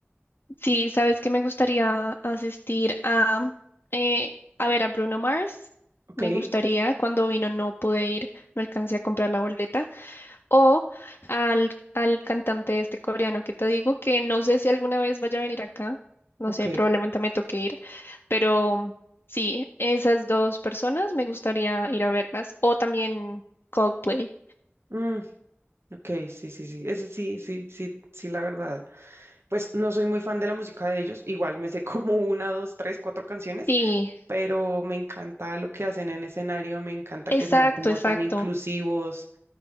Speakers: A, on the left; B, on the right.
A: Sí, sabes que me gustaría asistir a, eh, a ver a Bruno Mars.
B: Ok,
A: Me gustaría, cuando vino no pude ir, no alcancé a comprar la boleta. O al, al cantante este coreano que te digo, que no sé si alguna vez vaya a venir acá. No
B: ok.
A: sé, probablemente me toque ir. Pero sí, esas dos personas me gustaría ir a verlas. O también Coldplay.
B: Mm, ok, sí, sí, sí. Ese sí, sí, sí, sí, la verdad. Pues no soy muy fan de la música de ellos. Igual me sé <laughs> como una, dos, tres, cuatro canciones,
A: Sí,
B: pero me encanta lo que hacen en escenario, me encanta
A: exacto,
B: que sean como
A: exacto,
B: tan inclusivos